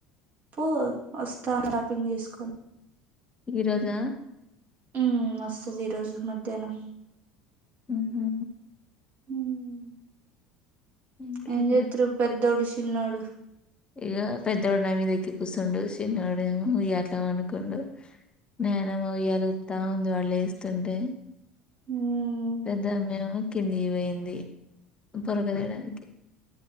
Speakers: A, on the right; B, on the left.
A: ప్ వస్తాన్నది షాపింగ్ చేస్కొని
B: ఈ రోజా
A: ఉమ్ వస్తది ఈ రోజు మధ్యాహ్నం
B: ఉహ్మ్ హు
A: హ్మ్
B: ఇంకేం
A: ఏం చెతుర్రు పెద్దోడు చిన్నోడు
B: ఇగొ పెద్దోడు నా మీద ఎక్కి కూస్సుండు చిన్నోడేమో ఇగ అట్లా పండుకున్డు నాయనమ్మ ఉయ్యాలపుతా ఉంది వాడ్ లేస్తుంటే
A: హ
B: పెద్దమ్మేమో కిందికి పోయింది పొరక తేడానికి